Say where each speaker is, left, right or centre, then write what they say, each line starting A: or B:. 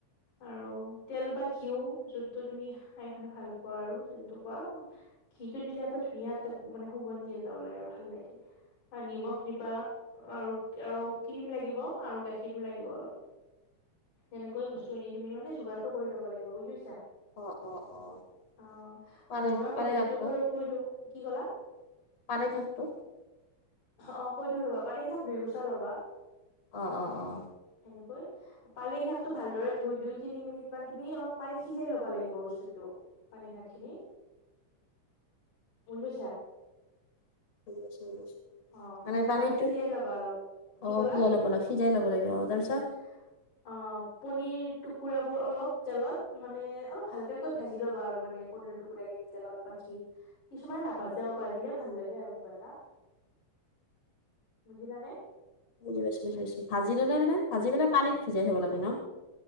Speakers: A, on the left; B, on the left.
A: আৰু তেল বা ঘিউ, যোনটো তুমি খাই মানে ভাল পোৱা আৰু যোনটো গৰম, ঘিটো দিলে এটা ধুনীয়া এটা, মানে সুগন্ধিয়া এটা ওলাই আৰু ভাল লাগে। নিমখ দিবা, আৰু-আৰু ক্ৰীম লাগিব আৰু গাখীৰো লাগিব অলপ। তেনেকৈ বস্তুখিনি তুমি মানে যোগাৰটো কৰি ল'ব লাগিব বুজি পাইছা?
B: অ', অ', অ'।
A: অ
B: পালেং
A: বনোৱাৰ
B: পালেং
A: পদ্ধতিও
B: শাকটো
A: বাৰু কৈ দিওঁ কি কলা
B: পালেং শাকটো
A: অ কৈ দিও লবা পানী শাক দুই গুচা ল'বা
B: অ অ অ
A: ভালকৈ, পালেং শাকটো ভালদৰে ধুই দুই তিনি মিনিট মান তুমি অলপ পানীত সিজাই লব লাগিব বস্তুটো। পানী শাক খিনি বুজি পাইছা?
B: <unintelligible>
A: অ',
B: মানে পানীটো
A: পানীত সিজাই ল'বা অলপ, কি
B: অ',
A: কলা?
B: সিজাই ল'ব লাগে সিজাই ল'ব লাগিব
A: উম
B: অ', তাৰপিছত
A: উম, অ', পনীৰটোক টুকুৰাবোৰ অলপ তেলত মানে অলপ হালধীয়াকৈ ভাজি ল'বা আৰু মানে পনীৰ টুকুৰাকেইটা তেলত বা ঘীত। কিছুমানে নাভাজেও ভাজিলে ভাল লাগে আৰু কিবা এটা। বুজিলানে
B: বুজি পাইছো বুজি পাইছো ভাজি ললে মানে ভাজি পেলাই পানীত ভিজাই থব লাগে ন।